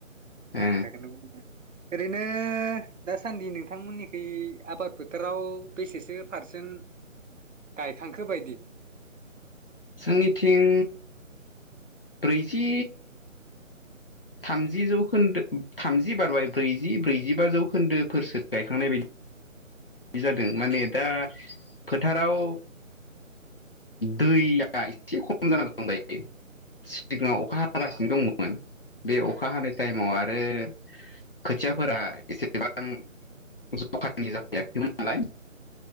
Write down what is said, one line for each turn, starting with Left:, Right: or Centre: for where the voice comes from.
Right: थार
Left: ओ
Right: खोथाखौनो बुंदों। ओरैनो दासान्दि नोंथांमोननिखै आबाद फोथाराव बेसेसो पारसेन गायखांखो बायदि।
Left: जोंनिथिं ब्रैजि थामजि जौखोन्दो थामजि बारबाय ब्रैजि ब्रैजिबा जौखोन्दोफोरसो गायखांनाय बायदि। बिदि जादों माने दा फोथाराव दैया एसे खम जान दं दायो सिङाव अखा हागासिनो
Right: आ
Left: दंमोन बे अखा हानाय टाइमाव
Right: औ
Left: आरो
Right: औ
Left: खोथियाफोरा एसेबां जखानि जा जायाखैमोन नालाय